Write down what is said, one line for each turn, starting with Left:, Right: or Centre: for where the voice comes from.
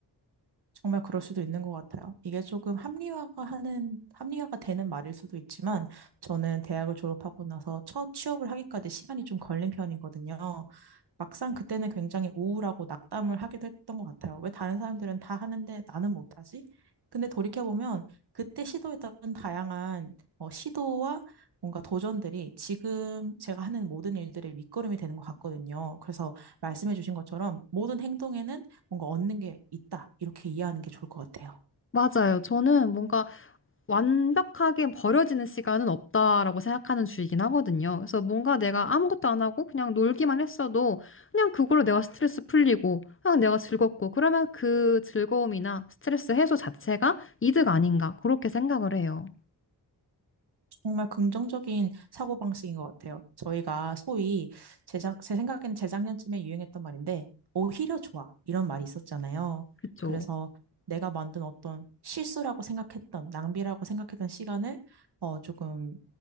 Right: 정말 그럴 수도 있는 것 같아요. 이게 조금 합리화가 하는, 합리화가 되는 말일 수도 있지만, 저는 대학을 졸업하고 나서 첫 취업을 하기까지 시간이 좀 걸린 편이거든요. 막상 그때는 굉장히 우울하고 낙담을 하기도 했던 것 같아요. 왜 다른 사람들은 다 하는데 나는 못하지? 근데 돌이켜보면, 그때 시도했던 다양한 어, 시도와 뭔가 도전들이 지금 제가 하는 모든 일들의 밑거름이 되는 것 같거든요. 그래서 말씀해주신 것처럼 모든 행동에는 뭔가 얻는 게 있다. 이렇게 이해하는 게 좋을 것 같아요.
Left: 맞아요. 저는 뭔가 완벽하게 버려지는 시간은 없다라고 생각하는 주의긴 하거든요. 그래서 뭔가 내가 아무것도 안 하고 그냥 놀기만 했어도 그냥 그걸로 내가 스트레스 풀리고 그냥 내가 즐겁고 그러면 그 즐거움이나 스트레스 해소 자체가 이득 아닌가 그렇게 생각을 해요.
Right: 정말 긍정적인 사고방식인 것 같아요. 저희가 소위 제작 제 생각에는 재작년쯤에 유행했던 말인데, 오히려 좋아. 이런 말이 있었잖아요.
Left: 그쵸?
Right: 그래서 내가 만든 어떤 실수라고 생각했던, 낭비라고 생각했던 시간을 어, 조금